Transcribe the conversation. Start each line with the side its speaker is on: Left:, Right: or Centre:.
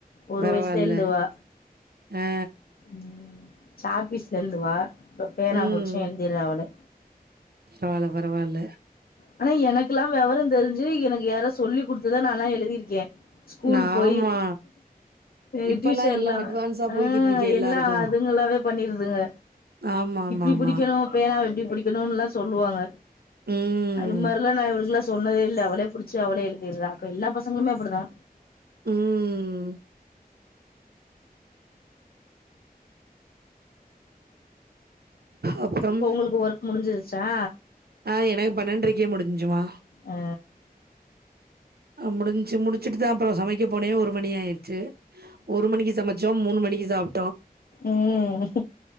Left: ஒரு
Right: பரவால்ல.
Left: வயசுலயே எழுதுவா
Right: ஆ.
Left: ம் சாக்பீஸ்ல எழுதுவா இப்ப பேனா
Right: ம்.
Left: புடிச்சி எழுதிர்றா அவளே
Right: பரவால்ல பரவால்ல
Left: ஆனா எனக்குலா வெவரந் தெரிஞ்சி எனக்கு யாரோ சொல்லி குடுத்துதா நாலா எழுதிருக்கே ஸ்கூல்
Right: ஆமா.
Left: போய் எங்
Right: இப்பலாம்
Left: டியூசன்லா
Right: எல்லாம் அட்வான்ஸா
Left: ஆ
Right: போய்க்கிட்டு இருக்கே எல்லாருக்கும்.
Left: எல்லா அதுங்கலாவே பண்ணிருதுங்க
Right: ஆமாமாமா.
Left: இப்டி புடிக்கணு பேனாவ இப்டி புடிக்கணுன்லா சொல்லுவாங்க
Right: ம்.
Left: அது மாரிலா நா இவளுக்ளா சொன்னதே இல்ல அவளே புடிச்சி அவளே எழுதிர்றா இப்ப எல்லா பசங்களுமே அப்டிதா
Right: ம் அப்புறம்?
Left: இப்ப உங்களுக்கு ஒர்க் முடிஞ்சி ச்சா
Right: ஆ எனக்கு பன்னன்ட்ரைக்கே முடிஞ்ச்சுமா
Left: அ
Right: அ முடிஞ்ச்சு முடிச்சுட்டுதா அப்றோ சமைக்க போனே ஒரு மணி ஆயிருச்சு ஒரு மணிக்கு சமைச்சோ மூணு மணி இஸாம்
Left: உம்